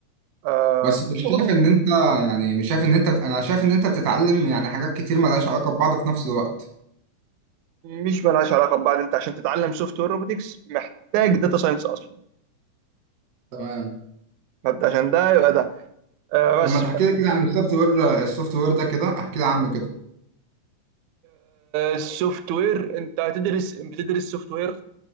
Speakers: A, on the right (about 80°); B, on the right (about 60°).
A: أه
B: بس مش
A: شغله
B: شايف إن أنت يعني مش شايف إن أنت أنا شايف إن أنت بتتعلم يعني حاجات كتير ملهاش علاقة ببعض في نفس الوقت
A: مش ملهاش علاقه ببعض انت عشان تتعلم سوفت وير روبوتكس محتاج داتا ساينس اصلا
B: تمام
A: فانت عشان ده يبقى ده أه
B: طب
A: بس
B: ما تحكي لي كده عن السوفت وير السوفت وير ده كده احكي لي عنه كده
A: السوفت وير انت هتدرس بتدرس سوفت وير